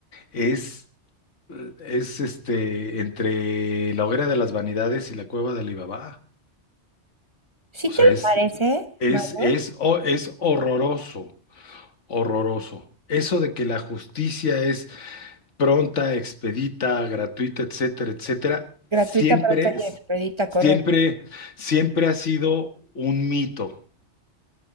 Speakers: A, on the left; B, on the right.
A: es, es este, entre la hoguera de las vanidades y la cueva de Alibaba.
B: ¿Sí
A: O
B: te
A: sea,
B: lo
A: es,
B: parece,
A: es,
B: Mauro?
A: es, o- es horroroso, horroroso. Eso de que la justicia es pronta, expedita, gratuita, etcétera, etcétera,
B: Gratuita,
A: siempre,
B: pronta
A: es-
B: y expedita,
A: siempre,
B: correcto.
A: siempre ha sido un mito.